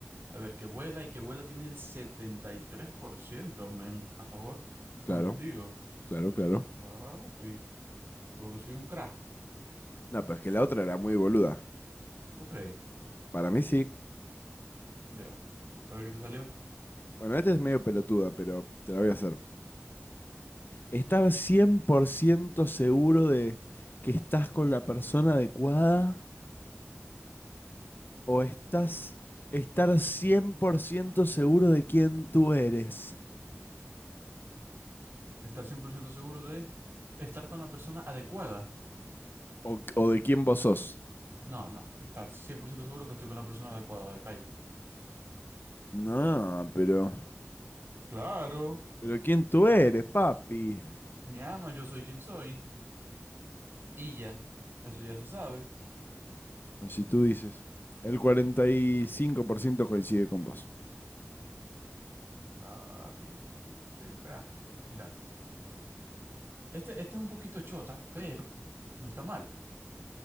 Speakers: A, on the right; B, on the left.
A: A ver, que vuela y que vuela tiene el 73% men, a favor
B: claro,
A: contigo.
B: claro, claro.
A: Papi, por lo que soy un crack,
B: No, pero es que la otra era muy boluda.
A: ¿vos creéis?
B: Para mí sí.
A: Ya, a ver qué te salió.
B: Bueno, esta es medio pelotuda, pero te la voy a hacer. Estar 100% seguro de que estás con la persona adecuada o estás estar 100% seguro de quién tú eres
A: Estar 100% seguro de estar con la persona adecuada.
B: o, o de quién vos sos.
A: No, no. Estar 100% seguro que estoy con la persona adecuada de calle.
B: No, pero
A: Claro,
B: pero quién tú eres, papi.
A: mi ama, yo soy quien soy. Y ya. Eso ya se sabe.
B: Así tú dices. El 45% coincide con vos.
A: Papi, soy un crack. Mira, este, este es un poquito chota, pero no está mal.